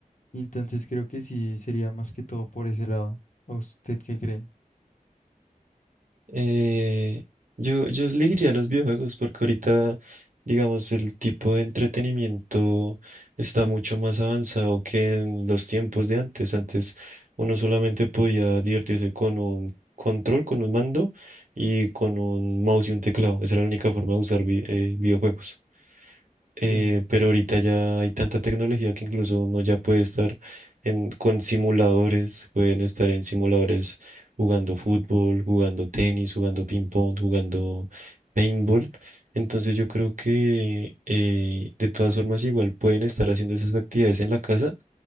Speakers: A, on the left; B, on the right.
A: Entonces creo que sí sería más que todo por ese lado. ¿A usted qué cree?
B: Eh, yo, yo elegiría los videojuegos porque ahorita, digamos, el tipo de entretenimiento está mucho más avanzado que en los tiempos de antes. Antes uno solamente podía divertirse con un control, con un mando y con un mouse y un teclado. Esa era la única forma de usar vi- eh, videojuegos eh,
A: Sí,
B: pero ahorita ya hay tanta tecnología que incluso uno ya puede estar en, con simuladores, pueden estar en simuladores jugando fútbol, jugando tenis, jugando ping pong, jugando paintball. Entonces yo creo que eh, de todas formas igual pueden estar haciendo esas actividades en la casa